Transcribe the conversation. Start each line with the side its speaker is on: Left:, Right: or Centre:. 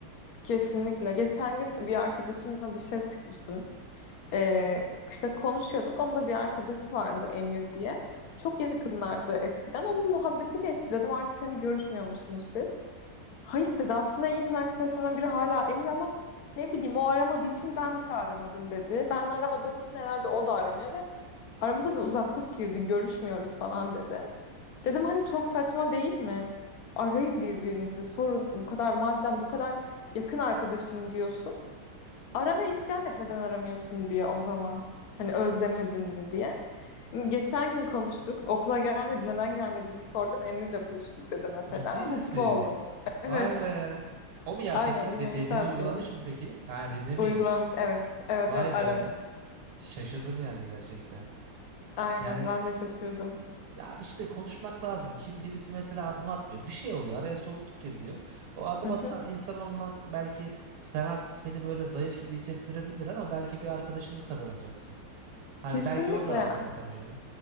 Left: kesinlikle. Geçen gün bir arkadaşımla dışarı çıkmıştım. Ee, işte konuşuyorduk. Onun da bir arkadaşı vardı Emir diye. Çok yakınlardı eskiden. Onun muhabbeti geçti. Dedim artık hani görüşmüyor musunuz siz? Hayır dedi aslında en yakın arkadaşlarımdan biri hala Emir ama ne bileyim o aramadığı için ben de aramadım dedi. Ben aramadığım için herhalde o da aramıyor ve aramıza bir uzaklık girdi görüşmüyoruz falan dedi. Dedim hani çok saçma değil mi? Arayın birbirinizi sorun bu kadar madem bu kadar yakın arkadaşım diyorsun. Ara ve isyan et neden aramıyorsun diye o zaman. Hani özlemedin mi diye. Geçen gün konuştuk. Okula gelmedi, neden gelmediğini sordum. Emir'le buluştuk dedi mesela.
Right: Ciddi
Left: Mutlu
Right: misin?
Left: oldum. Evet.
Right: Vay be. O mu ya
Left: Aynen
Right: peki
Left: dinlemiş
Right: de dediğini
Left: tavsiyemi.
Right: uygulamış mı peki? Ha dinlemiş.
Left: uygulamış evet. Evet
Right: Vay
Left: evet aramış.
Right: be. Şaşırdım yani gerçekten.
Left: Aynen
Right: Yani
Left: ben de şaşırdım.
Right: ya işte konuşmak lazım. Kim birisi mesela adım atmıyor. Bir şey oluyor. Araya soğukluk giriyor. O adım
Left: Hı hı.
Right: atan insan olmak belki sana seni böyle zayıf gibi hissettirebilir ama belki bir arkadaşını kazanacaksın. Hani
Left: Kesinlikle.
Right: belki o da adım atamıyor.